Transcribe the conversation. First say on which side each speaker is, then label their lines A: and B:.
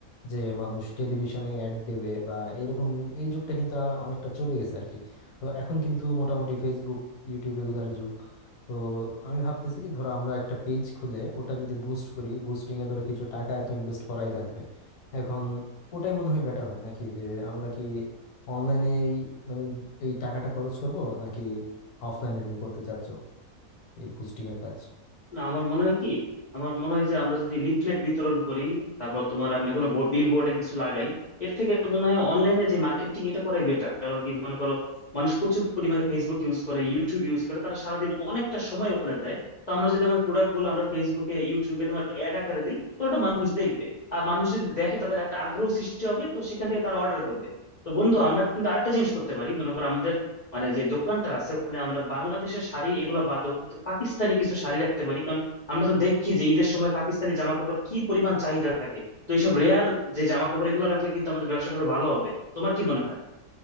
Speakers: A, on the left; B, on the left.
A: যে মানুষ টেলিভিশনে অ্যাড দেবে বা এইরকম এই যুগটা কিন্তু আ- অনেকটা চলে গেছে আর কি তো এখন কিন্তু মোটামুটি ফেসবুক ইউটিউব এগুলার যুগ তো আমি ভাবতেছি কি ধরো আমরা একটা পেজ খুলে ওটা যদি বুস্ট করি বুস্টিং এ ধরো কিছু টাকা এত ইনভেস্ট করাই লাগবে এখন ওটাই মনে হয় বেটার হয় নাকি যে আমরা কি অনলাইনে মানে এই টাকাটা খরচ করব নাকি অফলাইনে তুমি করতে চাচ্ছ এই বুস্টিং এর কাজ
B: না আমার মনে হয় কি আমার মনে হয় যে আমরা যদি লিফলেট বিতরণ করি তারপর তোমার আমরা কোনো বিল বোর্ডে কিছু লাগাই এর থেকে মনে হয় অনলাইনে যে মার্কেটিং এটা করাই বেটার কারণ কি মনে করো মানুষ প্রচুর পরিমাণে ফেসবুক ইউজ করে ইউটিউব ইউজ করে তারা সারাদিন অনেকটা সময় ওখানে দেয় তো আমরা যদি আমাদের প্রোডাক্ট গুলো আমরা ফেসবুকে ইউটিউবে তোমার অ্যাড আকারে দিই তো ওটা মানুষ দেখবে আর মানুষ যদি দেখে তাদের একটা আগ্রহ সৃষ্টি হবে তো সেখান থেকে তারা অর্ডার করবে তো বন্ধু আমরা কিন্তু আরেকটা জিনিস করতে পারি মনে করো আমাদের মানে যে দোকানটা আছে ওখানে আমরা বাংলাদেশের শাড়ি এগুলো বাদও কিন্তু পাকিস্তানি কিছু শাড়ি রাখতে পারি কারণ আমরা তো দেখি যে ঈদের সময় পাকিস্তানি জামা কাপড় কি পরিমাণ চাহিদা থাকে তো এইসব রেয়ার যে জামা কাপড় এগুলো রাখলে কিন্তু আমাদের ব্যবসাটা আরো ভালো হবে তোমার কি মনে হয়